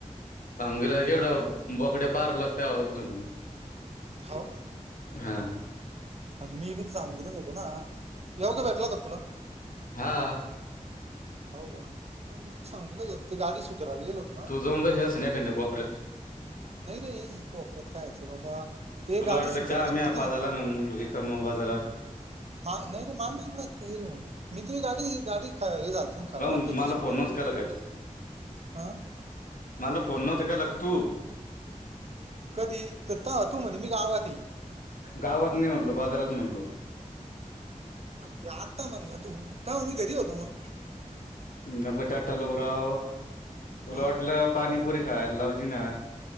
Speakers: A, on the left (about 85°); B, on the right (about 50°).
A: सांगला जेवढं बकड्या पारल त्यावरल तून.
B: हो
A: हा,
B: आणि मी बी सांगितच होतो ना या अगोदर भेटला का तुला.
A: हा,
B: हो का मी सांगितलं तर ते गाडी सुधारायला गेलं होत ना.
A: <unintelligible> तोब स्नेपर
B: नाही रे कोपऱ्यात काय आहे बाबा ते
A: तुला
B: गाडी
A: वाटलं
B: सुधारायची
A: चहा
B: होती
A: आ्हीजाला
B: ना
A: रिकाम बाजारात.
B: मला नाही मान मा म्हणत <inaudible> मी तरी गाडी गाडी ख हे झालती खराब
A: काऊन
B: तर ती
A: मला
B: दुरुस्त
A: फोन
B: करयाची
A: नव्हता
B: होती,
A: केला काय तू
B: आ,
A: मला फोन नव्हता केला का तु,
B: कधी तर ता तु म्हणे मी गावात हे.
A: गावात नाही म्हणलो, बाजारात म्हणलो
B: हे आता म्हणलं तू तव्हा मी घरी होतो मग
A: नको चाटा लाऊ राव तुला
B: हा
A: वाटलं पाणीपुरी खायला लावजी ना